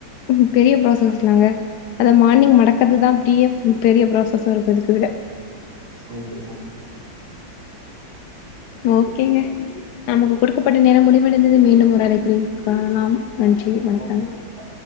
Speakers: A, on the left; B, on the right.
A: ம் பெரிய ப்ராசஸ்ல்லங்க அத மார்னிங் மடக்கற்து தா பெரிய பெரிய ப்ராசஸா இருக்கு அதுக்கு விட
B: ஐ உசைன்
A: ஓகேங்க நமக்கு குடுக்கப்பட்ட நேரம் முடிவடைந்தது மீண்டும் ஒரு அழைப்பில் காணலாம் நன்றி வணக்கம்
B: ஓகே ஓகேப்பா